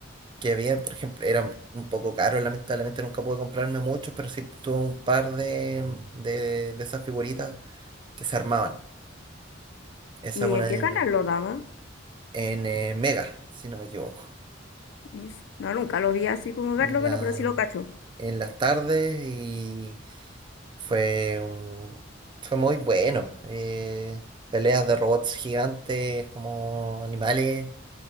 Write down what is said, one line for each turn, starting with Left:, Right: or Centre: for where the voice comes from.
Right: que había. Por ejemplo, eran un poco caros, lamentablemente nunca pude comprarme muchos, pero sí tuve un par de, de, de esas figuritas que se armaban. Esa
Left: ¿Y
Right: es una
Left: en qué
Right: en,
Left: canal lo daba?
Right: en, eh, Mega, si no me equivoco.
Left: Mish, No, nunca lo vi así como verlo,
Right: En
Left: verlo,
Right: la,
Left: pero sí lo cacho.
Right: en las tardes y fue un- fue muy bueno. eh, peleas de robots gigantes como animales.